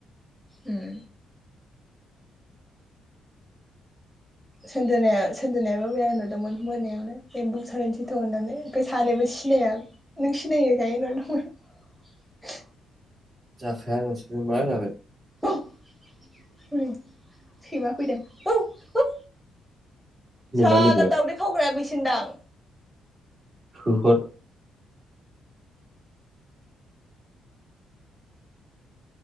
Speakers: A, in the centre; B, on the right.
A: उम सनदोनाया सोनदोनायाबो मैया होनहरदोंमोन मोनायावनो एमबु बुथार हैनोसै थ होननानै ओमफ्राय सानैबो सिनाया नों सिनायोखाय हरदोंमोन आं
B: जाखाया नोंसोरबो मा जागोन
A: हनै सैमा फैदों औ औ
B: नोंना
A: साल्ला
B: लोगोआ
A: दाउदै खावग्राया बेैसो सोनदां
B: होहर